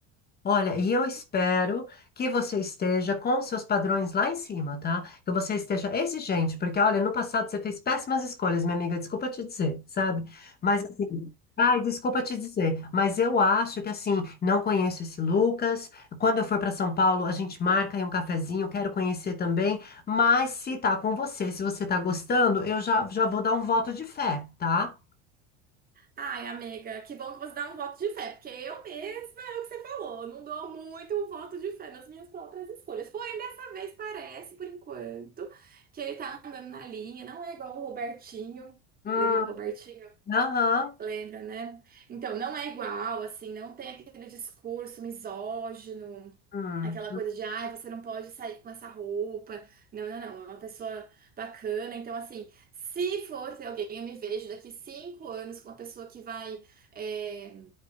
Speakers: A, on the left (about 30°); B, on the right (about 30°).
A: Olha, e eu espero que você esteja com os seus padrões lá em cima, tá? Que você esteja exigente, porque olha, no passado você fez péssimas escolhas, minha amiga, desculpa te dizer, sabe? Mas assim, ai, desculpa te dizer, mas eu acho que assim, não conheço esse Lucas. Quando eu for para São Paulo, a gente marca aí um cafezinho, quero conhecer também. Mas se tá com você, se você tá gostando, eu já, já vou dar um voto de fé, tá?
B: Ai, amiga, que bom que você dá um voto de fé, porque eu mesma é o que você falou, não dou muito um voto de fé nas minhas próprias escolhas. Porém, dessa vez parece, por enquanto, que ele tá andando na linha, não é igual o Robertinho.
A: Hum,
B: Lembra do Robertinho?
A: aham.
B: Lembra, né? Então, não é igual, assim, não tem aquele discurso misógino,
A: hum.
B: aquela coisa de, ai, você não pode sair com essa roupa. Não, não, não, é uma pessoa bacana. Então, assim, se for ter alguém, eu me vejo daqui cinco anos com uma pessoa que vai, eh,